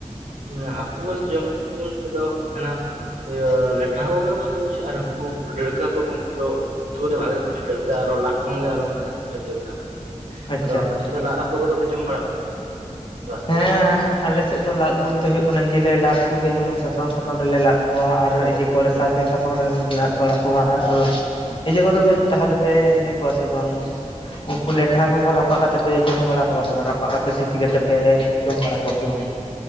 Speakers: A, on the right; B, on the left.
A: <unintelligible> ᱤᱭᱟᱹ ᱞᱮᱴᱷᱟ ᱦᱟᱠᱩ ᱜᱮ ᱵᱷᱟᱜᱮ ᱵᱩᱡᱷᱟᱹᱜ ᱟᱨ ᱩᱱᱠᱩ ᱰᱟᱹᱲᱠᱟᱹ ᱦᱟᱠᱩ ᱠᱚ ᱩᱱᱠᱩ ᱫᱚ ᱩᱛᱩ ᱠᱟᱛᱮ ᱵᱷᱟᱜᱮ ᱵᱩᱡᱷᱟᱹᱜ-ᱟ ᱟᱨᱚ ᱞᱟᱜ ᱥᱚᱸᱜᱮ ᱟᱨᱚ ᱵᱷᱟᱜᱮ ᱵᱩᱡᱷᱟᱹᱜ-ᱟ ᱰᱟᱹᱲᱠᱟᱹ ᱦᱟᱠᱩ
B: ᱟᱪᱪᱷᱟ
A: ᱟᱫᱚ ᱟᱯᱮ
B: ᱟᱪᱪᱷᱟ
A: ᱥᱮᱫ ᱫᱚ ᱞᱟᱫ ᱦᱟᱹᱠᱩ ᱠᱚᱫᱚ ᱯᱮ ᱡᱚᱢ ᱵᱟᱲᱟ ᱦᱟᱹᱠᱩ
B: ᱦᱮᱸ
A: ᱠᱚᱫᱚ?
B: ᱟᱞᱮ ᱥᱮᱫ ᱫᱚ ᱞᱟᱫ ᱵᱚᱞᱛᱮ ᱦᱩᱭᱩᱜ ᱠᱟᱱᱟ ᱡᱮᱞᱮ ᱞᱟᱫ ᱠᱚᱜᱮ ᱡᱮᱢᱚᱱ ᱥᱟᱥᱟᱝ ᱥᱟᱠᱟᱢ ᱨᱮᱞᱮ ᱞᱟᱫ ᱠᱚᱣᱟ ᱟᱨ ᱤᱭᱮ ᱠᱚᱨᱮ
A: ᱦᱮᱸ
B: ᱥᱟᱨᱡᱚᱢ ᱥᱟᱠᱟᱢ ᱨᱮ ᱞᱟᱫ ᱵᱟᱲᱟ ᱠᱚᱣᱟ ᱟᱨ
A: ᱦᱮᱸ
B: ᱤᱡᱮ ᱠᱚᱫᱚ ᱯᱮ ᱛᱟᱦᱚᱞᱮ ᱯᱮ ᱤᱭᱟᱹ ᱠᱚᱣᱟ ᱥᱮ ᱵᱟᱝ ᱩᱱᱠᱩ ᱞᱮ ᱴᱷᱟ ᱦᱟᱹᱠᱩ ᱠᱚ ᱨᱟᱯᱟᱜ ᱠᱟᱛᱮᱜ ᱯᱮ ᱡᱚᱢ ᱵᱟᱲᱟ ᱠᱚᱣᱟ ᱥᱮ ᱵᱟᱝ ᱨᱟᱯᱟᱜ ᱠᱟᱛᱮ ᱥᱤᱯᱤ ᱠᱟᱛᱮ ᱯᱮ ᱡᱚᱢ ᱵᱟᱲᱟ ᱠᱚᱣᱟ ᱥᱮ ᱵᱟᱝ
A: ᱦᱩᱸ,